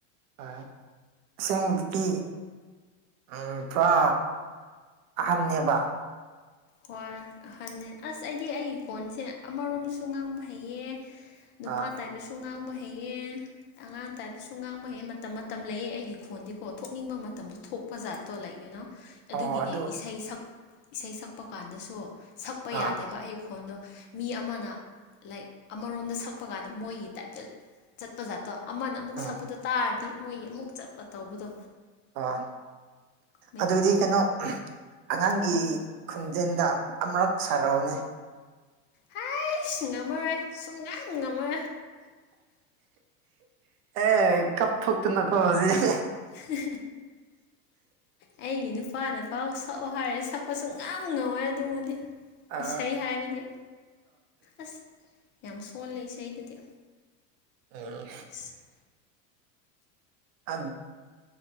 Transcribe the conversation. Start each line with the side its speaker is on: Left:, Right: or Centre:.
Right: ꯑ ꯁꯇꯤ ꯎꯝ ꯄꯨꯔꯥ ꯑꯍꯟꯅꯅꯦꯕ
Left: ꯍꯣꯏ ꯑꯍꯟ ꯑꯁ ꯑꯩꯗꯤ ꯑꯩꯒꯤ ꯀꯣꯟꯁꯦ ꯑꯃꯔꯣꯝꯁꯨ ꯉꯥꯡꯕ ꯍꯩꯌꯦ ꯅꯨꯄꯥ
Right: ꯑꯥ
Left: ꯇꯥꯏꯕꯁꯨ ꯉꯥꯡꯕ ꯍꯩꯌꯦ ꯑꯉꯥꯡ ꯇꯥꯏꯕꯗꯤ ꯁ ꯉꯥꯡꯃꯛꯩꯍꯩ ꯃꯇꯝ ꯃꯇꯝ ꯂꯩꯑ ꯑꯩꯒꯤ ꯈꯣꯟꯗꯤꯀꯣ ꯊꯣꯛꯅꯤꯡꯕ ꯃꯇꯝꯗꯣ ꯊꯣꯛꯄ ꯥꯠ ꯇꯣ ꯂꯩ ꯌꯨꯅꯣ ꯑꯗꯨꯒꯤꯅꯦ
Right: ꯑꯣ ꯑꯗꯨ
Left: ꯏꯁꯩ ꯁꯛ ꯏꯁꯩ ꯁꯛꯄ ꯀꯥꯟꯗꯁꯨ ꯁꯛꯄ
Right: ꯑꯥ
Left: ꯌꯥꯗꯦꯕ ꯑꯩ ꯈꯣꯟꯗꯣ ꯃꯤ ꯑꯃꯅ ꯂꯥꯏꯛ ꯑꯃꯔꯣꯝꯗ ꯁꯛꯄ ꯀꯥꯟꯗ ꯃꯣꯏꯒꯤ ꯇꯥꯏꯞꯇ ꯆꯠꯄ ꯖꯥꯠꯇꯣ ꯑꯃꯅ ꯑꯃꯨꯛ
Right: ꯎꯝ
Left: ꯁꯛꯄꯗꯣ ꯇꯥꯔꯗꯤ ꯃꯣꯏ ꯑꯃꯨꯛ ꯆꯠꯄ ꯇꯧꯕꯗꯣ
Right: ꯑꯣ
Left: ꯃꯩ
Right: ꯑꯗꯨꯗꯤ ꯀꯩꯅꯣ ꯑꯉꯥꯡꯒꯤ
Left: ꯎꯝ
Right: ꯈꯣꯟꯖꯦꯟꯗ ꯑꯃꯔꯛ ꯁꯔꯥꯎꯅꯦ
Left: ꯍ ꯁꯤ ꯉꯝꯃꯔꯣꯏ ꯁꯨꯡ ꯉ ꯉꯝꯃꯔ
Right: ꯑꯦ ꯀꯞ ꯊꯣꯛꯇꯅꯀꯣ ꯍꯧꯖꯤꯛ
Left: ꯍ ꯑꯩꯒꯤ ꯅꯨꯄꯥ ꯅꯨꯄꯥ ꯁꯛꯎ ꯍꯥꯏꯔꯗꯤ ꯁꯛꯄꯁꯨ ꯉ ꯉꯝꯋꯔꯦ ꯑꯗꯨꯃꯗꯤ
Right: ꯑ
Left: ꯏꯁꯩ ꯍꯥꯏꯕꯗꯤ ꯑꯁ ꯌꯥꯝ ꯁꯣꯜꯂꯦ ꯏꯁꯩꯗꯗꯤ
Right: ꯎ
Left: ꯑ
Right: ꯎꯝ